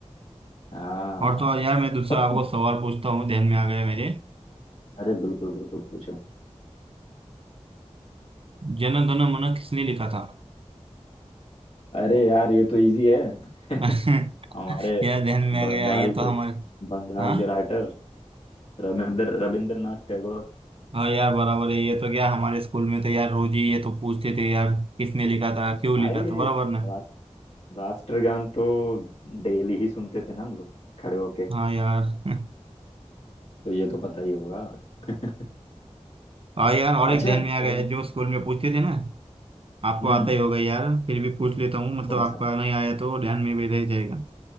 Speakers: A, on the left; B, on the right.
A: हाँ
B: और तो और यार मैं दूसरा
A: पता
B: आपको
A: नहीं।
B: सवाल पूछता हूँ ध्यान में आ गया मेरे
A: अरे बिल्कुल बिल्कुल पूछो
B: जन गण मन किसने लिखा था
A: अरे यार ये तो इजी है <laughs>
B: <laughs>
A: हमारे
B: क्या ध्यान में
A: बंगाल
B: आ गया ये तो हमारे
A: के बंगाल
B: हाँ
A: के राइटर रविंद्र रविंद्रनाथ टैगोर
B: हाँ यार बराबर है ये तो क्या हमारे स्कूल में तो यार रोज ही ये तो पूछते थे यार किसने लिखा था क्यों
A: भाई
B: लिखा था बराबर ना
A: रास, राष्ट्रगान तो डेली ही सुनते थे ना हम लोग खड़े होके
B: हाँ यार <laughs>
A: तो ये तो पता ही होगा <laughs>
B: हाँ यार और
A: अच्छा
B: एक ध्यान
A: हम्म
B: में आ गया जो स्कूल में पूछते थे ना आपको
A: हम्म,
B: आता ही होगा यार फिर भी पूछ लेता हूँ मतलब
A: कौन
B: आपका
A: सा
B: नहीं आया तो ध्यान में भी रह जाएगा